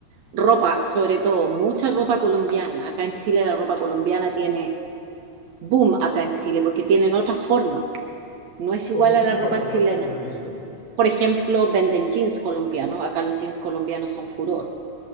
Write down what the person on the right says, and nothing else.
Ropa, sobre todo, mucha ropa colombiana. Acá en Chile la ropa colombiana tiene boom acá en Chile porque tienen otra forma. No es igual
a
la
ropa
chilena.
Por ejemplo, venden jeans colombianos. Acá los jeans colombianos son furor